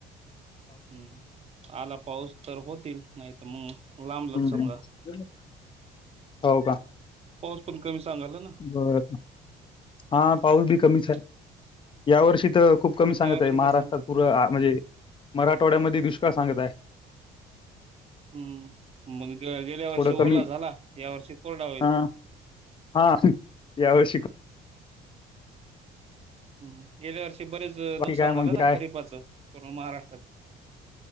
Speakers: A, on the right; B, on the left.
A: हम्म आला पाऊस तर होतील नाही तर मग लांबलच
B: हम्म
A: सगा
B: हम्म. हो का
A: पाऊस पण कमी सांगाला ना
B: बर हा पाऊस बी
A: हम्म
B: कमीच आहे यावर्षी तर खूप ूप कमी सांगत
A: या वर्षी
B: आहे
A: तर
B: महाराष्ट्रात
A: सांगत
B: पूर म्हणजे मराठवाड्यामध्ये दुष्काळ सांगत आहे
A: हम्म मग गेल्या वर्षी
B: थोडं
A: ओला
B: कमी
A: झाला या वर्षी कोरडा होईल
B: हा हा याव शिक
A: हम् गेल्या वर्षी बरेच
B: बाकी
A: नुकसान
B: काय मग
A: झालं ना
B: काय
A: खरीपाचं पूर्ण महाराष्ट्रात